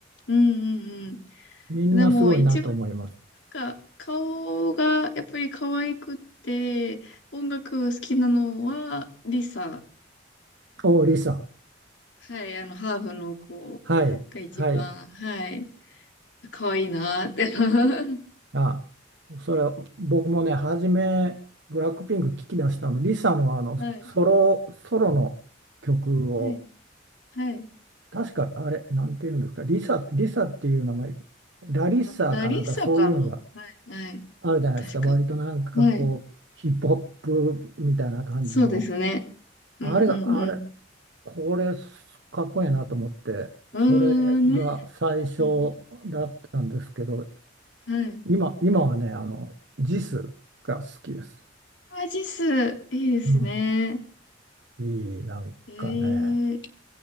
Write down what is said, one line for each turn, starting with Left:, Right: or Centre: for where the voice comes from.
Left: うんうん
Right: みんなすごいなと思います。
Left: うん。でも、一番、なんか、顔がやっぱり可愛くって、音楽好きなのは、リサ
Right: おう、リサ。
Left: はい、あの、ハーフの子が一番、
Right: はい、はい。
Left: はい、可愛いなーって。<laughs>
Right: あ、それは僕もね、初め、ブラックピンク聞き出したの、リサのあのソロ、
Left: はい、
Right: ソロの曲を、
Left: はい、はい。
Right: 確かあれ、なんていうんですか、リサ、リサっていう名前、ラリッサーかなんかそういうのが
Left: あラリッサかなはい、はい、
Right: あるじゃないですか、
Left: 確か。
Right: 割となんかこう、
Left: はい、
Right: ヒップホップみたいな感じの、
Left: そうですね。うん、
Right: あれが、
Left: うん、うん。
Right: あれ、これ、かっこいいなと思って、
Left: うーん、
Right: それが最初
Left: ね。うん
Right: だったんですけど、
Left: はい。
Right: 今、今はね、あの、ジスが好きです。
Left: アジス、いいですね。
Right: うん、いい、なんかね、
Left: えー、い